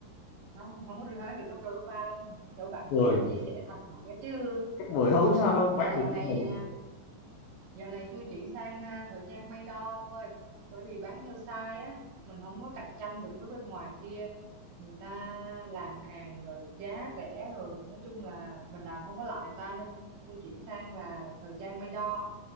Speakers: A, on the right; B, on the left.
A: không không có được hoán được cấp đôi cấp ba đâu chỗ bạn
B: mười
A: bè chia sẻ thành thật đó chứ
B: gấp mười thôi không sao đâu
A: với
B: bán
A: lại dạo
B: được
A: này
B: tôi mừng
A: à, dạo này tôi chuyển sang à, thời trang may đo ông ơi bởi vì bán theo size á mình không có cạnh tranh được với bên ngoài kia người ta làm hàng rồi giá rẻ rồi nói chung là mình làm không có lại người ta nên tôi chuyển sang là thời trang may đo